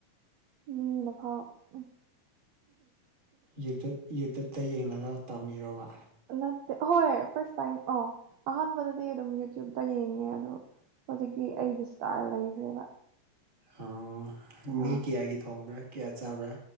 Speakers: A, on the right; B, on the right.
A: ꯃꯤꯅꯐꯥꯎ ꯎꯝ
B: ꯌꯨꯇꯨꯞ ꯌꯨꯇꯨꯞꯇ ꯌꯦꯡꯂꯒ ꯇꯝꯕꯤꯔꯣꯔꯕ
A: ꯅꯠꯇꯦ ꯍꯣꯏ ꯐꯥꯔꯁ ꯇꯥꯏꯝ ꯑ ꯑꯍꯥꯟꯕꯗꯗꯤ ꯑꯗꯨꯝ ꯇ꯭ꯌꯨꯞꯇ ꯌꯦꯡꯉꯦ ꯑꯗꯣ ꯍꯧꯖꯤꯛꯇꯤ ꯑꯩꯒꯤ ꯏꯁꯇꯥꯏꯜ ꯂꯩꯈ꯭ꯔꯦꯕ
B: ꯑꯣ
A: ꯑ
B: ꯃꯤ ꯀꯌꯥꯒꯤ ꯊꯣꯡꯕ꯭ꯔꯥ ꯀꯌꯥ ꯆꯥꯕ꯭ꯔꯥ